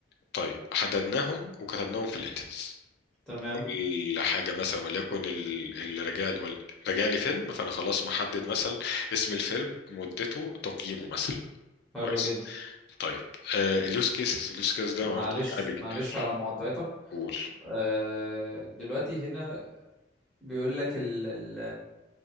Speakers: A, on the left; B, in the centre.
A: طيب حددناهم وكتبناهم في الانتيتيز
B: تمام
A: كل حاجه مثلا وليكن ال- اللي راجع وال- راجع لي فيلم فانا خلاص محدد مثلا اسم الفيلم مدته تقييمه مثلا
B: حلو
A: كويس
B: جدا
A: طيب اليوز كيسز اليوز كيس ده
B: معلش
A: انا قلت لك انا بيجي
B: معلش
A: قول
B: على مقاطعتك
A: قول.
B: آه دلوقتي هنا بيقول لك ال ال